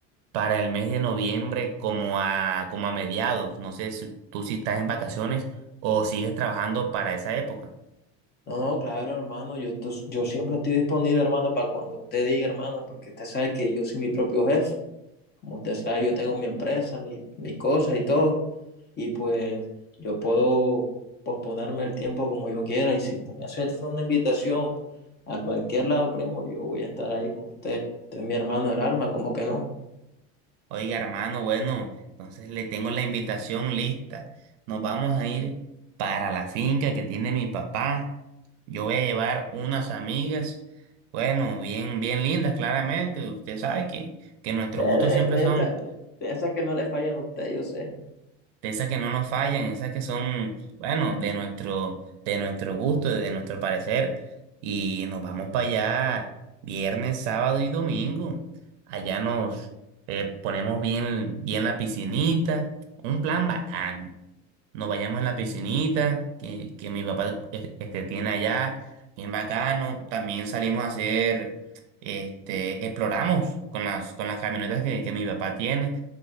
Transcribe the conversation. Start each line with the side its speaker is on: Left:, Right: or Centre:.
Right: para el mes de noviembre como a, como a mediados. No sé si tú si estás en vacaciones o sigues trabajando para esa época.
Left: No, no, claro, hermano, yo, yo siempre estoy disponible, hermano, para cuando usted diga, hermano, porque usted sabe que yo soy mi propio jefe. Como usted sabe, yo tengo mi empresa, mi, mis cosas y todo. y pues yo puedo posponerme el tiempo como yo quiera y si usted me hace una invitación a cualquier lado, primo, yo voy a estar ahí con usted. Usted es mi hermano del alma, ¿cómo que no?
Right: Oiga, hermano, bueno, entonces le tengo la invitación lista. Nos vamos a ir para la finca que tiene mi papá. Yo voy a llevar unas amigas, bueno, bien, bien lindas, claramente. Usted sabe que, que nuestros
Left: De, de,
Right: gustos siempre
Left: de
Right: son
Left: esas de de esas que no le fallan a usted, yo sé.
Right: de esas que no nos fallan, esas que son, bueno, de nuestro, de nuestro gusto, de nuestro parecer. Y nos vamos para allá viernes, sábado y domingo. Allá nos eh, ponemos bien, bien la piscinita. Un plan bacán. Nos vayamos en la piscinita que, que mi papá eh, este, tiene allá. Bien bacano. También salimos a hacer, este, exploramos con las, con las camionetas que, que mi papá tiene